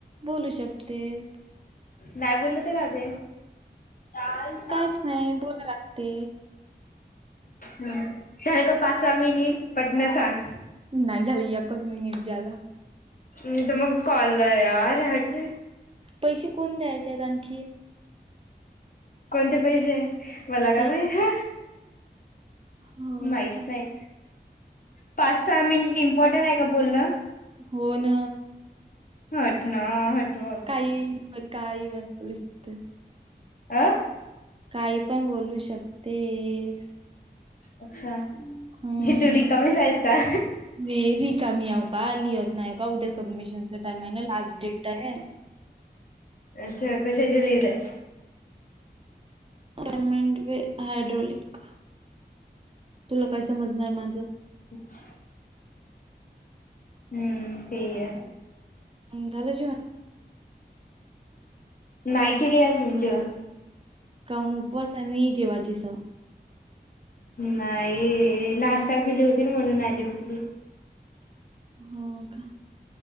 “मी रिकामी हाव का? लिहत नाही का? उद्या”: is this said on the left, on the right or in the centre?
Right